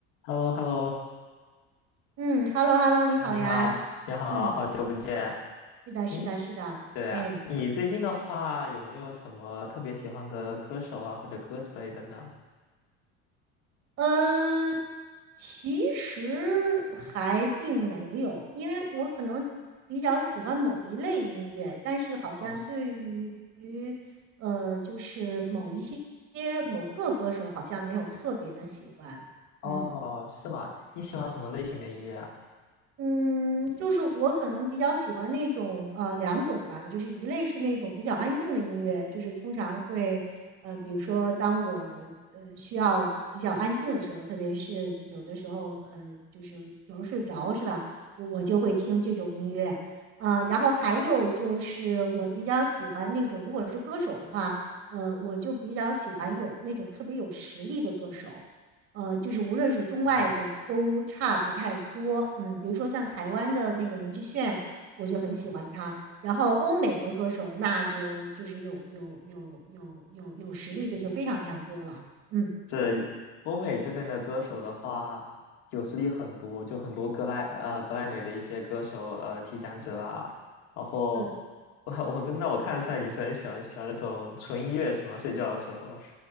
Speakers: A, on the left; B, on the right.
A: h e l l o h e l l
B: 嗯，hello hello，你好呀。
A: o 你好，你好，
B: 嗯，
A: 好久不见。
B: 是的，
A: 嗯，
B: 是的，是的。
A: 对啊，
B: 哎，
A: 你最近的话有没有什么特别喜欢的歌手啊，或者歌之类的呢？
B: 呃，其实还并没有，因为我可能比较喜欢某一类音乐，但是好像对于
A: 哦，是
B: 呃，就是某一些某个歌手好像没有特别的喜欢。
A: 哦，
B: 嗯。
A: 是吗？你喜欢什么类型的音乐啊？
B: 嗯，就是我可能比较喜欢那种呃两种吧，就是一类是那种比较安静的音乐，就是通常会呃，比如说当我呃需要比较安静的时候，特别是有的时候呃，就是有时候睡不着是吧，我我就会听这种音乐啊，然后还有就是我比较喜欢那种，如果是歌手的话，呃，我就比较喜欢有那种特别有实力的歌手。呃，就是无论是中外的都差不太多。
A: 是吗？
B: 嗯，比如说像台湾的那个林志炫，我就很喜欢他。然后欧美的歌手，那就就是有有有有有有实力的就非常非常多了。嗯，
A: 就是欧美这边的歌手的话，有实力很多，就很多格莱呃格莱美的一些歌手呃提奖者啊。然后
B: 呃
A: <laughs> 我我那我看得出来你是很喜欢喜欢那种纯音乐是吗？睡觉的时候。